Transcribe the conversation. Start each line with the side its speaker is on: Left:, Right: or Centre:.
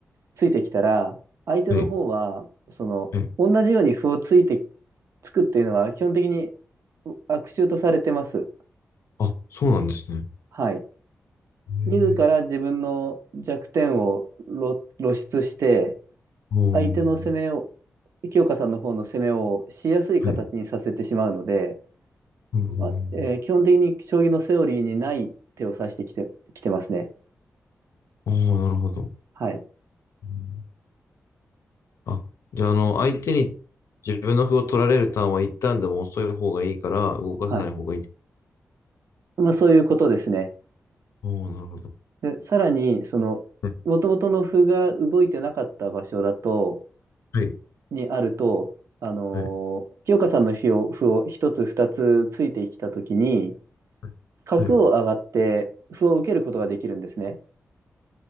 Right: ついてきたら、相手の方は、
Left: はい、
Right: その、
Left: はい。
Right: 同じように歩をついて、つくっていうのは、基本的にう悪手とされてます。
Left: あ、そうなんですね。
Right: はい。
Left: へー
Right: 自ら自分の弱点を露露出して、
Left: おー、
Right: 相手の攻めを、清香さんの方の攻めをしやすい形にさせてしまうので、
Left: はい。うんうんうん
Right: まあ、えー基本的に将棋のセオリーにない手を指してきて、きてますね。
Left: うんおー、なるほど。
Right: はい。
Left: うんあ、じゃあ、あの、相手に自分の歩を取られるターンは一旦でも遅い方がいいから、動かさない方がいい
Right: はい。まあ、そういうことですね。
Left: おお、なるほど。
Right: で、さらに、その、
Left: は
Right: もともとの歩が動いてなかった場所だと、
Left: い、
Right: にあると、あのー清香さんの歩を、
Left: はい、
Right: 歩を一つ二つついてきたときに、
Left: はい、
Right: 角を上がって歩を受けることができるんですね。
Left: はい。